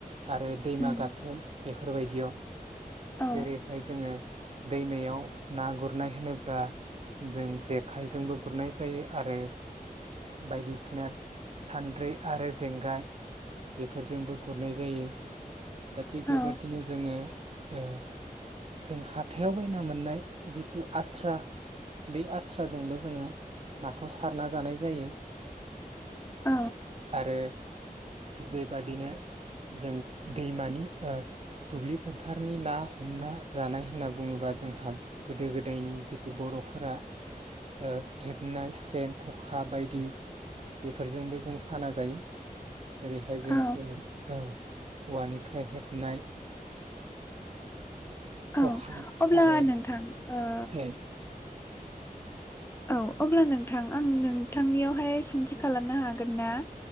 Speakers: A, on the right; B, on the left.
A: आरो दैमा
B: उम
A: गाथोन बेफोरबायदियाव
B: औ
A: जेरैहाय जोङो दैमायाव ना गुरनाय होनोब्ला जों जेखाइजोंबो गुरनाय जायो आरो बायदिसिना सानद्रि आरो जेंगाय बेफोरजोंबो गुरनाय जायो । दा थिग
B: औ
A: बेबादिनो जोङो ओ जों हाथायाव बायना मोननाय जिथु आस्रा बे आस्राजोंबो जोङो नाखौ सारनानै बानाय जायो।
B: औ
A: आरो थिग बेबादिनो जों दैमानि ओ दुब्लि फोथारनि ना हमना जानाय होनना बुङोबा जोंहा गोदो गोदायनि जितु बर'फोरा ओ हेबनाय सेन ख'खा बायदि बेफोरजोंबो जों साना जायो जेरैहाय जों
B: औ
A: औ औवानिफ्राय हेबनाय ओ
B: औ
A: खखा
B: अब्ला
A: आरो
B: नोंथां ओ
A: सेन
B: औ अब्ला नोंथां आं नोंथांनियावहाय सोंथि खालामनो हागोन ना?